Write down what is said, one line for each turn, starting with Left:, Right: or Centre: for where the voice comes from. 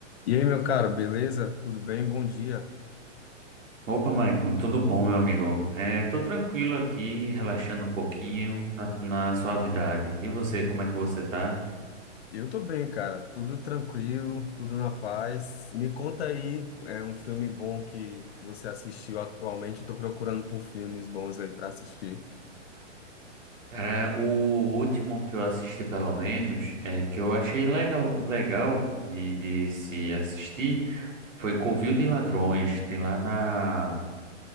Left: E aí, meu caro, beleza? Tudo bem? Bom dia.
Right: Opa, Maicon, tudo bom, meu amigo? É, tô tranquilo aqui, relaxando um pouquinho na, na suavidade. E você, como é que você tá?
Left: Eu tô bem, cara. Tudo tranquilo, tudo na paz. Me conta aí, é um filme bom que você assistiu atualmente? Eu tô procurando por filmes bons aí pra assistir.
Right: Cara, o último que eu assisti, pelo menos, é que eu achei legal, legal de, de se assistir, foi Covil de Ladrões, tem lá na,